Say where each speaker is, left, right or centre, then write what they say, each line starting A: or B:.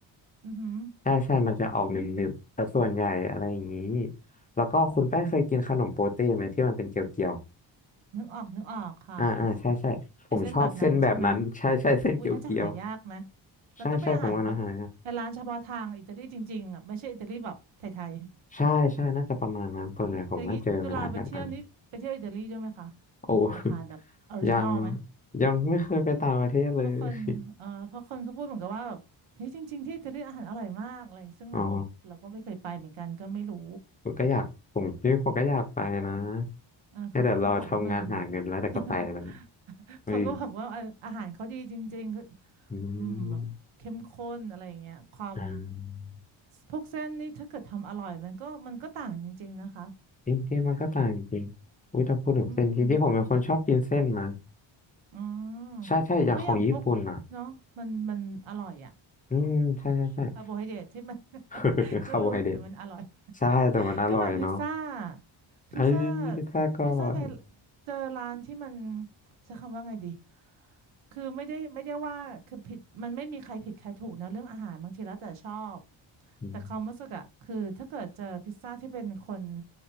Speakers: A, on the right; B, on the left.
A: อือหือ
B: ใช่ใช่มันจะออกหนึบๆแต่ส่วนใหญ่อะไรอย่างนี้แล้วก็คุณแป้งเคยกินขนมโปเต้ไหมที่มันเป็นเกลียว
A: นึกออกนึกออกค่ะ
B: อ่าอ่าใช่ใช่ผมชอบเส้นแบบนั้นใช่ใช่เส้นเกียวเกียว
A: ไอเส้นแบบนั้นใช่ไหมอุ้ยน่าจะหายากไหมเราต้องไปอาหารแบบไปร้านเฉพาะทางอิตาลีจริงๆอ่ะไม่ใช่อิตาลีแบบไทย
B: ใช่ใช่ผมว่านะฮะใช่ใช่น่าจะประมาณนั้นส่วเนีหยผมก็เจอมาร้านแบบนั้น
A: อย่างนี้จุฬาไปเที่ยวนี่ไปเที่ยวอิตาลีด้วยไหมคะไปไปทานแบบออริจินอลไหม
B: โอ้ <laughs> ยังยังไม่เคยไปต่างประเทศเลย
A: เพราะคนเอ่อเพราะคนเขาพูดเหมือนกับว่าแบบเฮ้ยจริงๆที่อิตาลีอาหารอร่อยมากอะไรอย่างงี้ซึ่งแบบโอ้ยเราก็ไม่เคยไปเหมือนกันก็ไม่รู้
B: อ๋อผมก็อยากผมนี่ผมก็อยากไปนะ
A: เออเขาเขาก็บอกว่ามัน
B: แต่เดี๋ยวเราทำงานหาเงินแล้วเดี๋ยวก็ไปแล้วเนี่ย
A: <laughs>
B: เออ
A: เขาก็บอกว่าอาอาหารเขาดีจริงๆคือ
B: อืม
A: อืมแบบเข้มข้นอะไรอย่างเงี้ยความ
B: อ่า
A: พวกเส้นนี่ถ้าเกิดทำอร่อยมันก็มันก็ต่างจริงๆนะคะ
B: จริงๆมันก็ต่างจริงอุ้ยถ้าพูดถึงเส้นจริงๆผมเป็นคนชอบกินเส้นนะ
A: อืม อืม
B: ใช่ใช่อย่างของญี่ปุ่นอ่ะ
A: เพราะอย่างพวกเนาะมันมันอร่อยอะ
B: อืมใช่ใช่ใช่
A: คาร์โบไฮเดรตที่มัน <laughs>
B: <laughs> คาร์โบไฮเดร
A: ก็รู้แต่มันอร่อย
B: ใช่แต่มันอร่อยเนาะ
A: ก็มันพิซซ่าพิซซ่า
B: ไอ้ยพิซซ่าก็อร่อย
A: พิซซ่าในเจอร้านที่มันใช้คำว่าไงดีคือไม่ได้ไม่ได้ว่าคือผิดมันไม่มีใครผิดใครถูกนะเรื่องอาหารบางทีแล้วแต่ชอบ
B: อืม
A: แต่ความรู้สึกอะคือถ้าเกิดเจอพิซซ่าที่เป็นคน